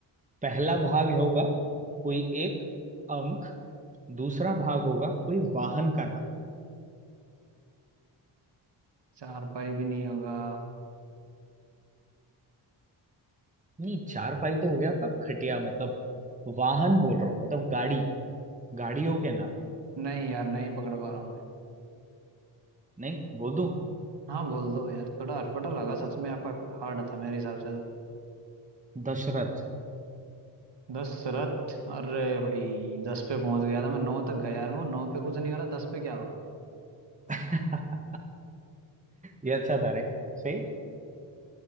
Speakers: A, on the right (about 15°); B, on the right (about 55°).
A: पहला भाग होगा कोई एक अंक दूसरा भाग होगा कोई वाहन का नाम
B: चार पाई भी नहीं होगा
A: नहीं चारपाई तो हो गया आपका खटिया मतलब वाहन बोल रहा हूँ मतलब गाड़ी गाड़ियों के नाम
B: नहीं यार नहीं पकड़ पा रहा हूँ मैं
A: नहीं बोल दूं
B: हाँ बोल दो यार थोड़ा अटपटा लगा सच में आपका हार्ड था मेरे हिसाब से तो
A: दशरथ
B: दशरथ अरे भाई दस पे पहुंच गया था मैं नौ तक गया यार मैं नौ पे कुछ नहीं हो रहा दस पे क्या होगा
A: <laughs> ये अच्छा था रे सही